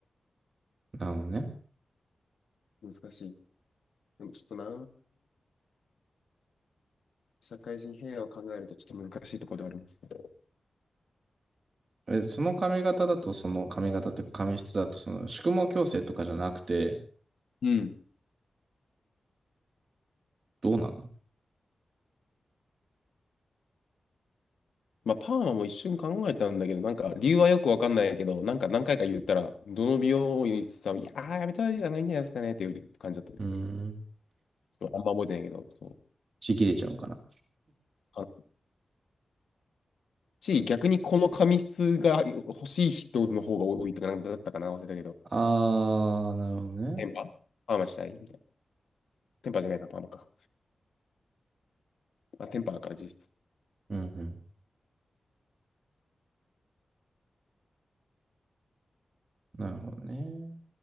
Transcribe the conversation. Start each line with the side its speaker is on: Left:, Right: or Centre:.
Right: なるほどね。
Left: 難しい。でもちょっとな、社会人平和を考えるとちょっと難しいところではありますね。
Right: え、その髪型だと、その髪型っていうか髪質だと、その宿毛矯正とかじゃなくて、
Left: うん。
Right: どうなんの
Left: まあ、パーマも一瞬考えたんだけど、なんか理由はよくわかんないけど、なんか何回か言ったら、どの美容院さんも、いやー、やめたらいいんじゃないですかねっていう感じだった。ち
Right: うーん。
Left: ょっとあんま覚えてないけど、そう。
Right: ちぎれちゃうんかな。
Left: あのし、逆にこの髪質が欲しい人の方が多いとか、なんかだったかな、忘れたけど。
Right: ああ、なるほどね。
Left: テンパパーマしたいみたいな。テンパじゃないか、パーマか。まあ、テンパだから実質。
Right: うん、うん。なるほどね。